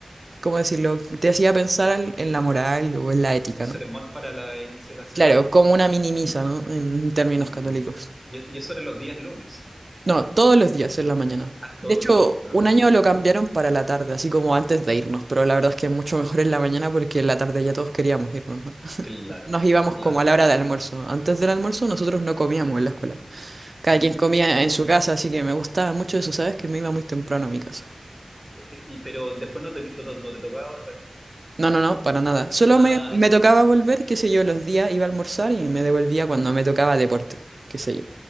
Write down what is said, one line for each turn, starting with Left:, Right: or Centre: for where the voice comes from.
Right: ¿cómo decirlo? Te hacía pensar al- en la moral o en la ética,
Centre: un sermón
Right: ¿no?
Centre: para la inicio de la semana.
Right: Claro, como una mini misa, ¿no? En términos
Centre: Mm,
Right: católicos.
Centre: ya. Y, y eso era los días lunes.
Right: No, todos los días en la mañana.
Centre: Ah, todos
Right: De hecho,
Centre: los días. Ah,
Right: un año lo
Centre: ya.
Right: cambiaron para la tarde, así como antes de irnos, pero la verdad es que mucho mejor en la mañana porque en la tarde ya todos queríamos irnos, ¿no?
Centre: claro,
Right: Nos íbamos
Centre: claro,
Right: como a la
Centre: claro.
Right: hora de almuerzo. Antes del almuerzo nosotros no comíamos en la escuela. Cada
Centre: Mm,
Right: quien comía en su casa, así que me gustaba mucho eso, ¿sabes? Que me iba muy temprano a mi casa.
Centre: y, y- pero después no te, to- no te tocaba volver.
Right: No, no, no, para nada. Solo
Centre: Ah,
Right: me, me
Centre: ya.
Right: tocaba volver, qué sé yo, los días iba a almorzar y me devolvía cuando me tocaba deporte, qué sé yo.